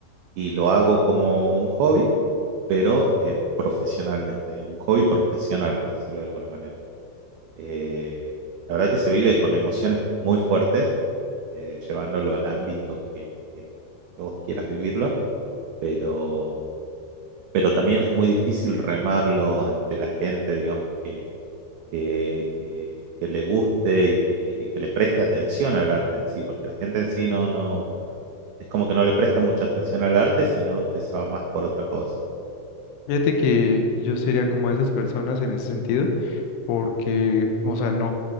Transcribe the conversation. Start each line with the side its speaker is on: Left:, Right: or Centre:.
Right: y lo hago como un hobby pero eh, profesionalmente, digamos, un hobby profesional, por decirlo de alguna manera. Eh, la verdad que se vive con emociones muy fuertes, eh, llevándolo al ámbito que, que- vos quieras vivirlo, pero, pero también es muy difícil remarlo ante la gente, digamos, que, que, que- que le guste y que, y que le preste atención al arte en sí, porque la gente en sí no, no, es como que no le presta mucha atención al arte, sino que se va más por otra cosa.
Left: Fíjate que yo sería como esas personas en ese sentido, porque, o sea, no